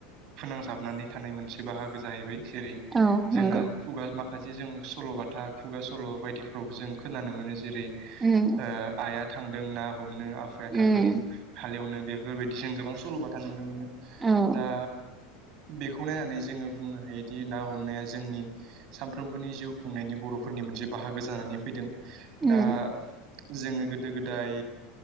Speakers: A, on the right; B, on the right.
A: फोनांजाबनानै थानाय मोनसे बाहागो जाहैबाय जेरै
B: औ
A: जोंना
B: नंगौ
A: खुगा मा माखासे जों सल'बाथा खुगा सल' बायदिफ्रावबो जों खोनानो मोनो जेरै
B: उम
A: ओ आइआ थांदों ना हमनो आफाया थांदों
B: उम
A: हालेवनो बेफोरबायदि जों गोबां सल'बाथा नुनो मोनो।
B: औ
A: दा बेखौ नायनानै जोङो बुंनो हायोदि ना हमनाया जोंनि सानफ्रोमबोनि जिउ खुंनायनि बर' बर' फोरनि मोनसे बाहागो जानानै फैदों। दा
B: उम
A: जोङो गोदो गोदाय